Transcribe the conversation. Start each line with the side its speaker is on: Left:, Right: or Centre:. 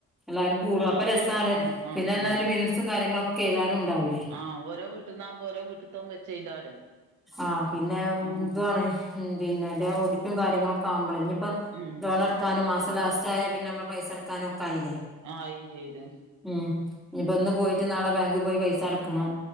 Centre: എല്ലാരും കൂടും അപ്പൊ രസാണ്
Right: ആഹ് ആഹ്
Centre: പിന്നെ
Right: ആഹ്
Centre: എന്നാലും മിനിറ്റ്സും കാര്യങ്ങളൊക്കെ എഴുതാനും ണ്ടാവൂലേ
Right: ആ ഓരോ വീ ട്ട് ന്നാവുബോ ഓരോ വെച്ച് ചെയ്താലോ
Centre: ആഹ് പിന്നെ
Right: ആഹ്
Centre: ന്തുവാണ് ഉം പിന്നെ ഡേ ഓഡിറ്റും കാര്യങ്ങളൊക്കെ ആമ്പോള് ഇനിയിപ്പ
Right: ഉം
Centre: ലോണടക്കാനും മാസം ലാസ്റ്റ് ആയ പിന്നെ മ്മള് പൈസടക്കാനൊക്കെ ആയില്ലേ
Right: ആയിം ചെയ്ത്
Centre: ഉം ഇനിയിപ്പ ന്ന് പോയിട്ട് നാളെ ബാങ്കിൽ പോയി പൈസ അടക്കണം